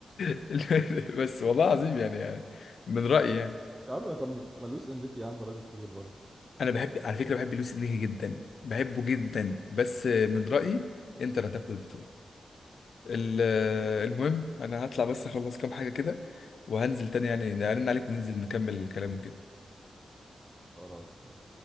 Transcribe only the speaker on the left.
<laughs> بس والله العظيم يعني من رايي يعني
انا بحب على فكره بحب لويس انريكي جدا بحبه جدا بس من رايي انت اللي هتاخد البطوله ال- المهم انا هطلع بس اخلص كام حاجة كده وهنزل تاني يعني نرن عليك وننزل نكمل الكلام وكده